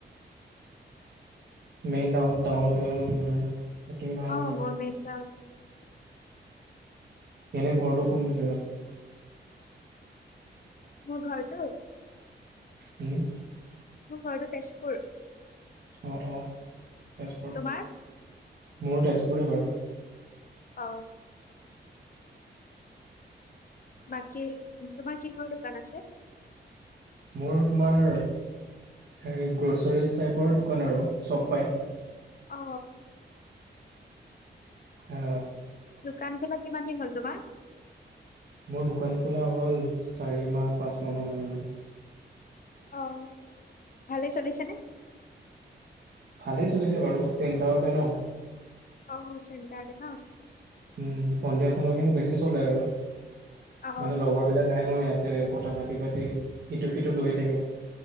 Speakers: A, on the right; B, on the left.
A: মেইন টাউ টাউনতে ন তোমাৰ সেইটোৱে ভাল
B: অ
A: আৰু
B: মোৰ মেইন টাউন
A: এনে ঘৰটো কোন জেগাত
B: মোৰ ঘৰটো
A: উম
B: মোৰ ঘৰটো তেজপুৰ
A: অঁ অঁ তেজপুৰ
B: তোমাৰ
A: মোৰো তেজপুৰে বাৰু
B: অ বাকী তোমাৰ কিহৰ দোকান আছে
A: মোৰ তোমাৰ হেৰি গ্ৰ'চাৰীজ টাইপৰ দোকান আৰু চব পাই
B: অ
A: অ
B: দোকান খোলা কিমান দিন হ'ল তোমাৰ
A: মোৰ দোকান খোলা হ'ল চাৰি মাহ পাঁচ মাহ মান আৰু
B: আহ ভালেই চলিছেনে
A: ভালেই চলিছে বাৰু চেণ্টাৰতে ন
B: অ, চেণ্টাৰ দে না।
A: উম, সন্ধিয়া সময় খিনি বেছি চলে আৰু।
B: অ
A: মানে লগৰবিলাক আহে ন' ইয়াতে কথা পাতি- পাতি ইিটো সিটো লৈয়ে থাকে।